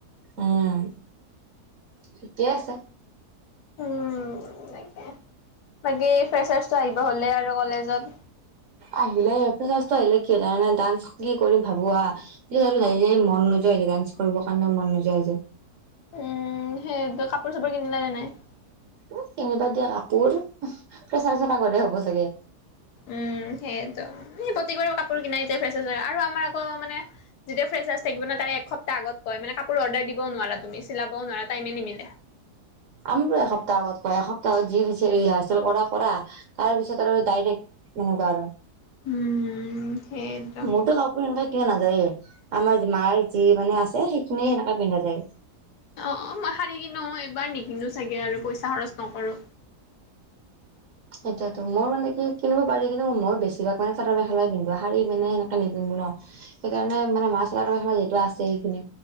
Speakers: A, on the right (about 60°); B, on the left (about 75°).
A: উম ঠিকে আছে।
B: উম বাকে বাকী ফেচাৰটো আহিব হ'লে আৰু কলেজত।
A: আহিলে এপ্লিকাছটো আহিলে কিয় জানা ডান্স কি কৰিম ভাবো আ কি আৰু যাই যাই মন নোযোৱা হৈ যায় ডান্স কৰিব কাৰণেও মন নোযোৱা হৈ যায়।
B: উম, সেয়েতো কাপোৰ চাপোৰ কিনিলা নে নাই?
A: উম, কিনিবা দিয়া কাপোৰ, উহ ফ্ৰেছাৰ্ছৰ আগতহে হ'ব চাগে।
B: উম, সে ত ই প্ৰতিগৰে কাপোৰ কিনাই তে ফ্ৰেচাৰ্ছৰ আৰু আমাৰ আক মানে যেতিয়া ফ্ৰেছাৰ্ছ থাকিব ন তাৰে এক সপ্তাহ আগত কয় মানে কাপোৰ অৰ্ডাৰ দিব নোৱাৰা তুমি চিলাবও নোৱাৰা টাইমে নিমিলে।
A: আমাকো এসপ্তাহ আগত কয় এসপ্তাহ আগত যি দিছে ৰিহাৰ্চেল কৰা কৰা। তাৰ পিছত আৰু ডাইৰেক্ট তেনেকুৱা আৰু
B: উম। সেইটো
A: মোৰতো কাপোৰ সেনকা কিনা নাযায়ে আমাৰ মাৰ যি মানে আছে সেইখিনিয়ে সেনেকাে পিন্ধা যায়।
B: অ অ মই শাৰি কিনো এইবাৰ নিকিনো চাগে আৰু পইচা খৰচ নকৰো।
A: এতিয়াতো মই মানে কি কিনিব পাৰি কিন্তু মই বেছিভাগ মানে চাদৰ মেখেলাই পিন্ধো শাৰি পিনে সেনেকে নিপিন্ধো ন। সেইকাৰণে মানে <unintelligible> লেটোৱা আছে সেইখিনি